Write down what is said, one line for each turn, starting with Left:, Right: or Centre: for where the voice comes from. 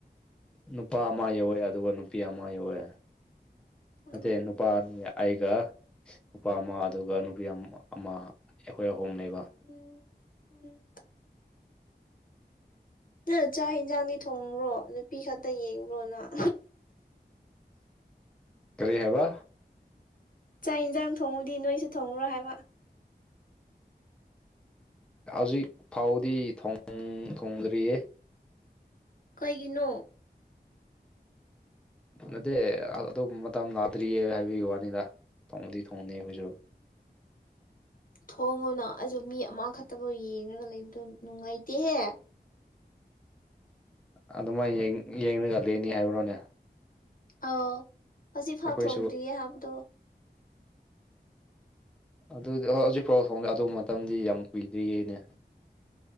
Centre: ꯅꯨꯄꯥ ꯑꯃ ꯌꯧꯋꯦ ꯑꯗꯨꯒ ꯅꯨꯄꯤ ꯑꯃ ꯌꯧꯋꯦ
Left: ꯎꯝ
Centre: ꯅꯠꯇꯦ ꯅꯨꯄꯥꯅꯤ ꯑꯩꯒ ꯅꯨꯄꯥ ꯑꯃ ꯑꯗꯨꯒ ꯅꯨꯄꯤ ꯑꯃ ꯑꯩꯈꯣꯏ ꯑꯍꯨꯝ ꯂꯩꯕ
Left: ꯎꯝ ꯎꯝ ꯅꯪ ꯆꯥꯛ ꯌꯦꯟꯁꯥꯡꯗꯤ ꯊꯣꯡꯕ꯭ꯔꯣ ꯅꯨꯄꯤ ꯈꯛꯇ ꯌꯦꯡꯕ꯭ꯔꯣ ꯅꯪ
Centre: ꯀꯔꯤ ꯍꯥꯏꯕ
Left: ꯆꯥꯛ ꯌꯦꯟꯁꯥꯡ ꯊꯣꯡꯕꯗꯤ ꯅꯣꯏꯁꯨ ꯊꯣꯡꯕ꯭ꯔꯣ ꯍꯥꯏꯕ
Centre: ꯍꯧꯖꯤꯛ ꯐꯥꯎꯗꯤ ꯊꯣꯡꯗ꯭ꯔꯤꯌꯦ
Left: ꯀꯩꯒꯤꯅꯣ
Centre: ꯑꯗꯨ ꯅꯠꯇꯦ ꯑꯗꯨ ꯃꯇꯝ ꯂꯥꯛꯗ꯭ꯔꯤꯌꯦ ꯍꯥꯏꯕꯒꯤ ꯋꯥꯅꯤꯗ ꯊꯣꯡꯕꯗꯤ ꯊꯣꯡꯅꯤ ꯑꯩꯈꯣꯏꯁꯨ
Left: ꯊꯣꯡꯉꯨꯅ ꯑꯗꯨ ꯃꯤ ꯑꯃꯈꯛꯇꯐꯥꯎ ꯌꯦꯡꯉꯒ ꯂꯩꯕꯗꯣ ꯅꯨꯡꯉꯥꯏꯇꯦꯍꯦ
Centre: ꯑꯗꯨꯃꯥꯏꯅ ꯌꯦꯡꯉꯒ ꯂꯩꯅꯤ ꯍꯥꯏꯕ꯭ꯔꯣꯅꯦ
Left: ꯑꯥꯎ ꯑꯁꯤꯐꯥꯎ
Centre: ꯑꯩꯈꯣꯏꯁꯨ
Left: ꯊꯣꯡꯗ꯭ꯔꯤꯌꯦ ꯍꯥꯏꯕꯗꯣ
Centre: ꯑꯗꯨꯗꯤ ꯍꯣꯏ ꯍꯧꯖꯤꯛꯐꯥꯎ ꯊꯣꯡꯗꯦ ꯑꯗꯨ ꯃꯇꯝꯗꯤ ꯌꯥꯝ ꯀꯨꯏꯗ꯭ꯔꯤꯌꯦꯅꯦ